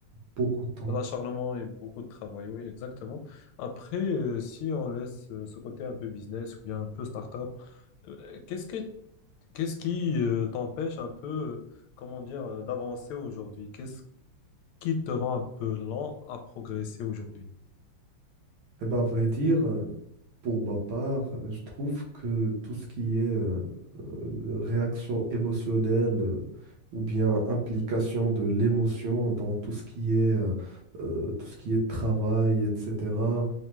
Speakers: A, on the right (about 65°); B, on the left (about 80°).
A: beaucoup de temps.
B: De l'acharnement et beaucoup de travail, oui, exactement. Après, euh, si on laisse euh, ce côté un peu business ou bien un peu start-up, euh, qu'est-ce que, qu'est-ce qui euh, t'empêche un peu, euh, comment dire, euh, d'avancer aujourd'hui? Qu'est-ce qui te rend un peu lent à progresser aujourd'hui?
A: Eh ben, à vrai dire, euh, pour ma part, euh, je trouve que tout ce qui est euh, euh, réaction émotionnelle euh, ou bien implication de l'émotion dans tout ce qui est, euh, euh, tout ce qui est travail, etc.,